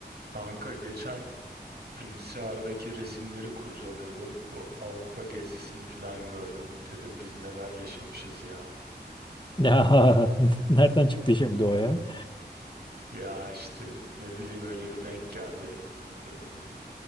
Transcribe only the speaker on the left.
Ya <laughs> nereden çıktı şimdi o ya?